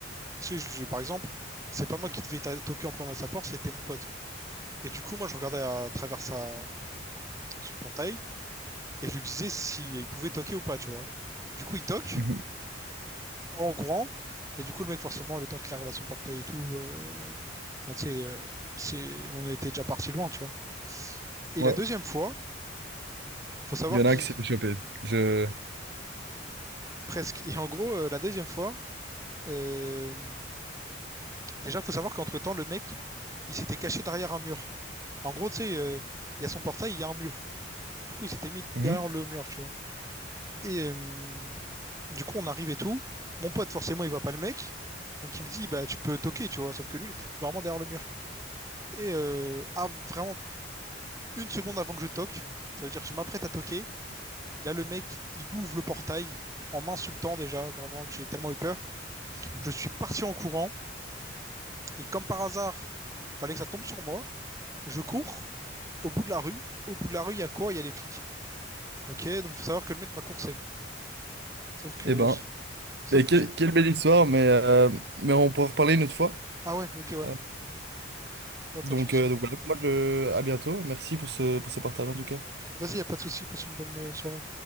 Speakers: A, on the right; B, on the right.
A: Tu sais, je- je- par exemple, c'est pas moi qui devais ta- toquer en premier à sa porte, c'était mon pote. Et du coup, moi, je regardais à travers sa... son portail et je lui disais si il pouvait toquer ou pas, tu vois. Du coup, il toque,
B: Mhm.
A: on se barre en courant. Et du coup, le mec, forcément, le temps qu'il arrive à son portail et tout, euh, enfin, tu sais, euh, c'est... on était déjà parti loin, tu vois. Et
B: Ouais.
A: la deuxième fois, faut savoir
B: Il y en
A: qu'il
B: a un qui s'est fait choper. Je...
A: presque. Et en gros, euh, la deuxième fois, euh, déjà, faut savoir qu'entre-temps, le mec, il s'était caché derrière un mur. En gros, tu sais, euh, il y a son portail, il y a un mur. Du coup, il s'était mis derrière
B: Mhm.
A: le mur, tu vois. Et euh, du coup, on arrive et tout. Mon pote, forcément, il voit pas le mec. Donc, il me dit, bah, tu peux toquer, tu vois. Sauf que lui, il était vraiment derrière le mur. Et euh, à vraiment une seconde avant que je toque, ça veut dire que je m'apprête à toquer. Là, le mec, il ouvre le portail en m'insultant déjà. Vraiment, j'ai tellement eu peur. Je suis parti en courant. Et comme par hasard, fallait que ça tombe sur moi. Je cours au bout de la rue. Au bout de la rue, il y a quoi? Il y a les flics. Ok, donc faut savoir que le mec m'a coursé. Sauf que
B: Eh ben,
A: je- sauf
B: mais
A: que
B: quelle,
A: j'ai.
B: quelle belle histoire, mais, euh, mais on pourra en reparler une autre fois.
A: Ah ouais, ok, ouais.
B: Euh,
A: Ouais, pas
B: Donc,
A: de souci.
B: euh, donc voilà, moi, je- à bientôt. Merci pour ce, pour ces partages en tout cas.
A: Vas-y, y a pas de souci, passe une bonne euh, soirée.